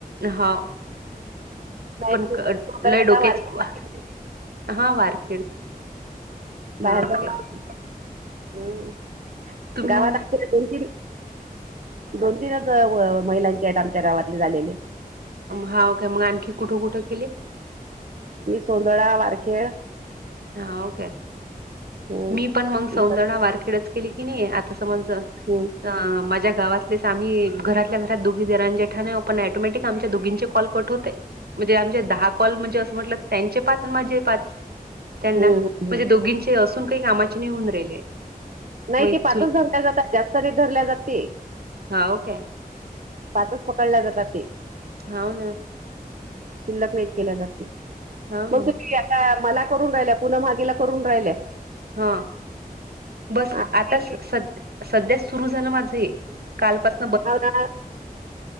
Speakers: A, on the right; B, on the right.
A: हा.
B: नाही
A: पण
B: सोदळ्याला
A: लय डोक्याचे
B: वारकरी
A: बा हा वारखेड.
B: बाहेर
A: हा ओके
B: बघा तुम्ही, हम्म
A: तुम्ही
B: गावात आपल्या दोन तीन दोन, तीनच महिलांचे आहेत आमच्या गावातले झालेले.
A: हाव काय मग आणखी कुठं कुठं केले?
B: मी सोंदडा, वारखेड
A: हाव काय?
B: हम्म
A: मी पण मग सौंदडा वारखेडच केले की नाही. आता समज
B: हम्म
A: अं माझ्या गावातलेच आम्ही घरातल्या घरात दोघी देवराण्या जेठाण्या आहोत, ‌ पण अटोमॅटिक आमच्या दोघींचे कॉल कट होतंय म्हणजे आमचे दहा कॉल म्हणजे असं म्हटलं त्यांचे पाच आणि माझे पाच. त्यांना
B: हम्म
A: म्हणजे
B: हम्म
A: दोघींचे असून काही कामाचे नाही होऊन राहिले.
B: नाही
A: मग एक
B: ते पाच
A: चूल
B: धरल्या जातात, जास्त नाहीत ते धरल्या जात ते.
A: हाव काय?
B: पाचच पकडल्या जातात ते.
A: हो ना.
B: शिल्लक नाहीत केल्या जाते.
A: हाव
B: मग
A: ना.
B: तुम्ही मला करून राहिल्या, पुन्हा मागेला करून राहिल्या.
A: हा. बस
B: आणि
A: आता स स सध्या सुरू झालं माझे कालपास
B: हो ना.